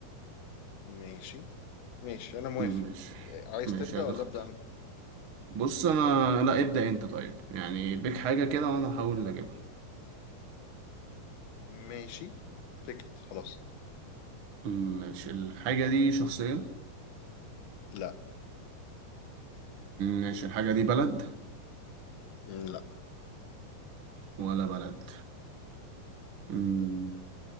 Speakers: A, on the left; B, on the right.
A: ماشي ماشي انا موافق
B: مش
A: إيه، عايز
B: مش
A: تبدأ
B: هتختار
A: ولا أبدأ انا
B: بص أنا لا ابدأ أنت طيب يعني بيك حاجة كده وأنا هحاول أجيبها
A: ماشي بكت خلاص
B: مش الحاجة دي شخصية
A: لا
B: مش الحاجة دي بلد
A: لا
B: ولا بلد مم.